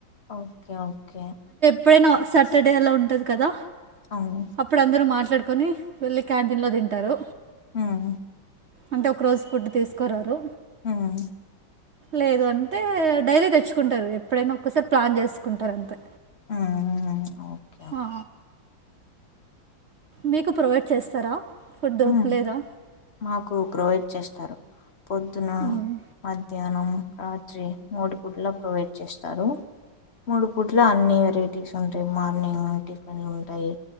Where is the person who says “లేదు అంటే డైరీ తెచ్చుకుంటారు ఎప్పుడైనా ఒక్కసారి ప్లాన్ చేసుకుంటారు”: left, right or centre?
Right